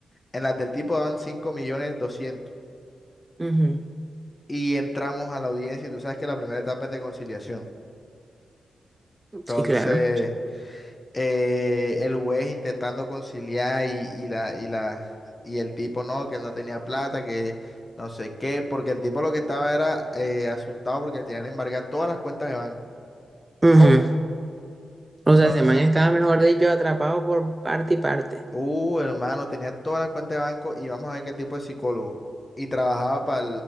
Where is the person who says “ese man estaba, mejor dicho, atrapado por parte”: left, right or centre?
Right